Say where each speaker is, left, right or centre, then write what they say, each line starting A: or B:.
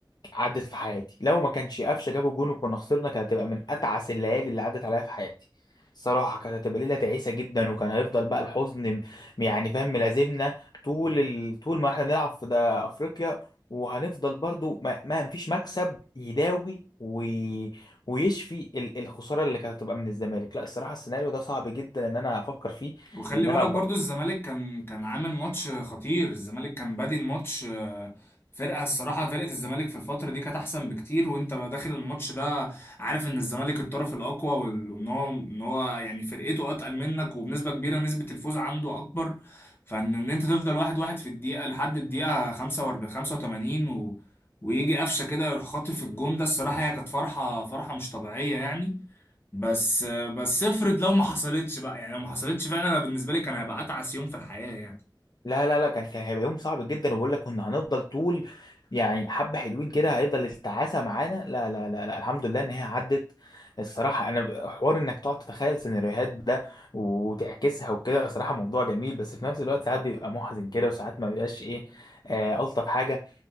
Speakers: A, on the left; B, on the left.
A: عدت في حياتي لو ما كانش قفشه جابوا جون وكنا خسرنا كانت هتبقى من اتعس الليالي اللي عدت عليا في حياتي صراحه كانت هتبقى ليله تعيسه جدا وكان هيفضل بقى الحزن م- يعني فاهم ملازمنا طول ال... طول ما احنا بنلعب في ده افريقيا وهنفضل برضو ما, ما فيش مكسب يداوي و... ويشفي ال- الخساره اللي كانت هتبقى من الزمالك لا الصراحه السيناريو ده صعب جدا ان انا افكر فيه
B: وخلي
A: لان
B: بالك
A: انا
B: برضو الزمالك كان كان عامل ماتش خطير الزمالك كان بادي الماتش آه، فرقة الصراحة فرقة الزمالك في الفترة دي كانت أحسن بكتير وأنت بقى داخل الماتش ده عارف إن الزمالك الطرف الأقوى وال- وإن هو إن هو يعني فرقته أتقل منك وبنسبة كبيرة نسبة الفوز عنده أكبر فإن إن أنت تفضل واحد واحد في الدقيقة لحد الدقيقة 45 85 و... ويجي قفشة كده يروح خاطف الجون ده الصراحة هي كانت فرحة فرحة مش طبيعية يعني بس بس افرض لو ما حصلتش بقى يعني لو ما حصلتش فعلا انا بالنسبه لي كان هيبقى اتعس يوم في الحياه يعني
A: لا لا لا كان كان هيبقى يوم صعب جدا وبقول لك كنا هنفضل طول يعني حبة حلوين كده هيفضل التعاسة معانا لا لا لا لا الحمد لله ان هي عدت الصراحة انا ب- حوار انك تقعد تتخيل سيناريوهات ده وتعكسها وكده صراحة موضوع جميل بس في نفس الوقت ساعات بيبقى محزن كده وساعات ما بيبقاش ايه آه الطف حاجة